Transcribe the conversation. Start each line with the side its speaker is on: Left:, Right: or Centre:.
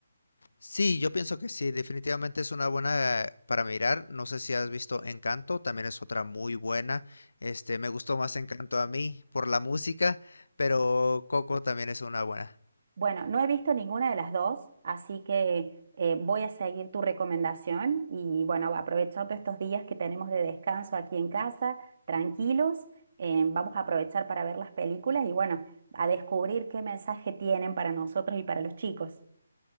Left: Sí, yo pienso que sí, definitivamente es una buena eh, para mirar. No sé si has visto Encanto, también es otra muy buena. Este, me gustó más Encanto a mí por la música, pero Coco también es una buena.
Right: Bueno, no he visto ninguna de las dos, así que eh, voy a seguir tu recomendación y bueno, aprovechando estos días que tenemos de descanso aquí en casa, tranquilos, eh, vamos a aprovechar para ver las películas y bueno, a descubrir qué mensaje tienen para nosotros y para los chicos.